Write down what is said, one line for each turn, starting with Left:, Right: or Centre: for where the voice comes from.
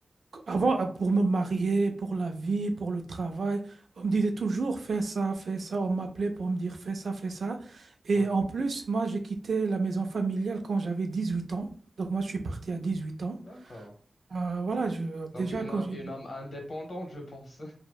Right: Avant, euh, pour me marier, pour la vie, pour le travail, on me disait toujours fais ça, fais ça. On m'appelait pour me dire fais ça, fais ça. Et
Left: Ouais.
Right: en plus, moi, j'ai quitté la maison familiale quand j'avais 18 ans. Donc, moi, je suis parti à 18 ans.
Left: D'accord.
Right: Euh, voilà, je-
Left: Donc,
Right: déjà,
Left: une,
Right: quand
Left: a-
Right: j'ai
Left: une âme indépendante, je pense. <laughs>